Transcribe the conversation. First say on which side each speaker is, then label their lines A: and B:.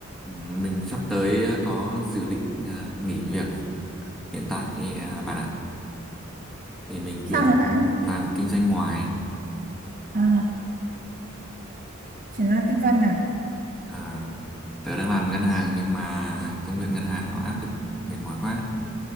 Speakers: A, in the centre; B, on the right.
A: Ừ, Mình sắp tới có dự định à, nghỉ việc hiện tại à, bạn ạ. Thì mình chuyển
B: Sao thế bạn?
A: làm kinh doanh ngoài.
B: À, chuyển ra kinh doanh à?
A: À, tớ đang làm ngân hàng nhưng mà công việc ngân hàng nó áp lực mệt mỏi quá.